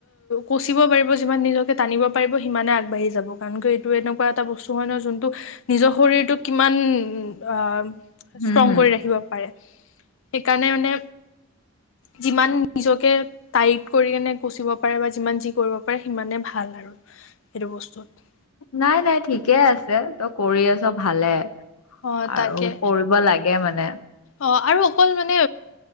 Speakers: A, on the left (about 60°); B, on the left (about 85°).
A: কচিব পাৰিব যিমান নিজকে টানিব পাৰিব সিমানে আগবাঢ়ি যাব কাৰণ কি এইটো এনেকুৱা এটা বস্তু হয় ন যোনটো নিজৰ শৰীৰটোক কিমান আ
B: হুম,
A: ষ্ট্ৰং
B: হুম,
A: কৰি ৰাখিব পাৰে। সেইকাৰণে মানে যিমান নিজকে টাইট কৰি কেনে কুচিব পাৰে বা যিমান যি কৰিব পাৰে সিমানে ভাল আৰু সেইটো বস্তুত।
B: নাই নাই ঠিকে আছে, তই কৰি আছ ভালে।
A: অ
B: আৰু
A: তাকে
B: কৰিব লাগে মানে।
A: অ', আৰু অকল মানে,